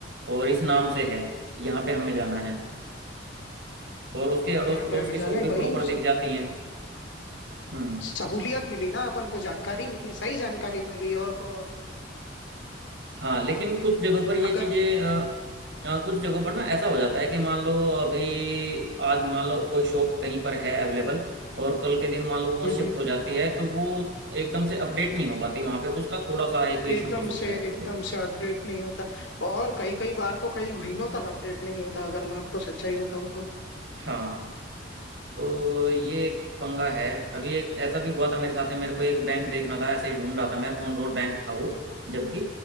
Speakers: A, on the right (about 65°); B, on the left (about 70°).
A: और इस नाम से है यहाँ पे हमें जाना है और उसके अड़ोस
B: यहाँ
A: पड़ोस
B: पे हमें
A: की
B: जाना
A: शॉप
B: है
A: भी
B: वही
A: प्रॉपर
B: उससे
A: दिख जाती हैं हम्म
B: सहूलियत मिली ना अपन को जानकारी मिली सही जानकारी मिली और तो और
A: हाँ लेकिन कुछ जगहों पर ये
B: अगर
A: चीज़ें अ, अ, कुछ जगहों पर ना ऐसा हो जाता है कि मान लो अभी आज मान लो कोई शॉप कहीं पर है अवेलेबल और कल के दिन मान लो वो
B: हम्म
A: शिफ्ट हो जाती है तो वो एकदम से अपडेट नहीं हो पाती वहाँ पे उसका थोड़ा सा एक इशू
B: एकदम
A: हो सकता
B: से
A: है कुछ
B: एकदम
A: लोग
B: से अपडेट नहीं होता और कई कई बार तो कई महीनों तक अपडेट नहीं होता अगर मैं आपको सच्चाई बताऊं तो
A: हाँ तो ये एक पंगा है अभी एक ऐसा भी हुआ था मेरे साथ में मेरे को एक बैंक देखना था ऐसे ही ढूंढ रहा था मैं ऑन रोड बैंक था वो जबकि